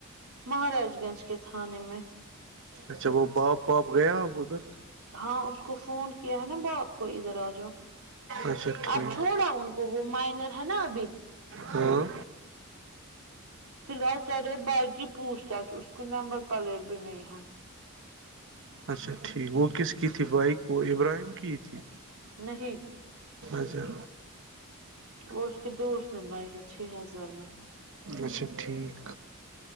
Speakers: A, on the right (about 75°); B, on the right (about 60°).
A: مہاراج گنج کے تھانے میں
B: اچھا وہ باپ باپ گیا آپ ادھر
A: ہاں اس کو فون کیا ہے نا باپ کو ادھر آ جا
B: اچھا ٹھیک
A: اب چھوڑا ان کو وہ مائنر ہے نا ابھی
B: ہاں
A: فی الحال کر رہے بائی جی پوچھ تچھ اس کو نمبر پلیٹ بھی نہیں ہے
B: اچھا ٹھیک وہ کس کی تھی بائک کو وہ ابراہیم کی تھی
A: نہیں
B: اچھا
A: وہ اس کے دوست نے لائی ہے چھ ہزار میں
B: اچھا ٹھیک